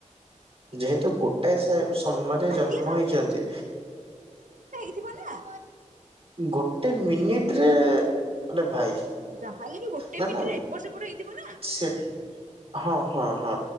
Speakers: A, on the right (about 50°); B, on the right (about 80°).
A: ଯେହେତୁ ଗୋଟାଏ ସ ସମୟରେ
B: ଗୋଟିଏ
A: ଜନ୍ମ ହେଇଚନ୍ତି
B: ଥିବ ନା।
A: ଗୋଟେ ମିନିଟରେ ଆରେ ଭାଇ।
B: ଯାହାହେଲେ ବି ଗୋଟେ
A: ନା
B: ମିନଟିରେ
A: ନା
B: ଏପଟ ସେପଟ ହେଇଥିବ ନା।
A: ସେ ହଁ ହଁ ହଁ